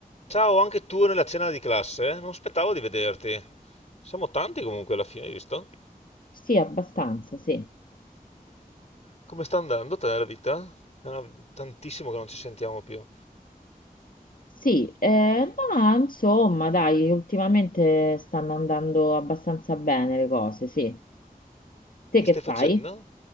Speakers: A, on the left; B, on the left.
A: Ciao, anche tu nella cena di classe? Non aspettavo di vederti. Siamo tanti comunque alla fine, hai visto?
B: Sì, abbastanza, sì.
A: Come sta andando te la vita? È una- tantissimo che non ci sentiamo più.
B: Sì, eh, ma insomma, dai, ultimamente stanno andando abbastanza bene le cose, sì. Te
A: Che
B: che
A: stai facendo?
B: fai?